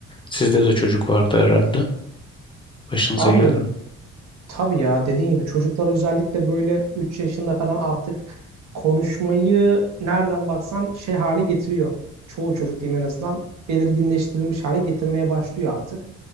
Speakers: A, on the left (about 15°); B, on the right (about 60°).
A: Sizde de çocuk vardı herhalde. Başınıza
B: Abi
A: geldi mi?
B: tabii ya dediğin gibi çocuklar özellikle böyle 3 yaşında falan artık konuşmayı nereden baksan şey hale getiriyor. Çoğu çocuk diyeyim en azından belirginleştirilmiş hale getirmeye başlıyor artık.